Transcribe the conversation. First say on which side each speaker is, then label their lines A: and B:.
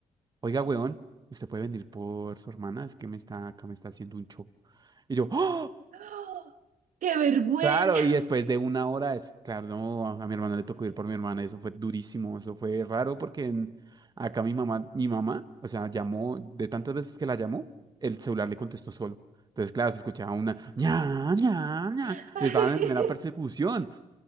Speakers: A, on the right; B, on the right.
A: oiga, weón, ¿usted puede venir por su hermana? Es que me está, acá me está haciendo un show. Y yo, ¡oh!
B: ¡Oh! ¡Qué vergüenza!
A: Claro, y después de una hora, es, claro, no, a a mi hermano le tocó ir por mi hermana, y eso fue durísimo, eso fue raro porque en- acá mi mamá, mi mamá, o sea, llamó, de tantas veces que la llamó, el celular le contestó solo. Entonces, claro, se escuchaba una ña, ña, ña,
B: <laughs>
A: y estaban en mera persecución.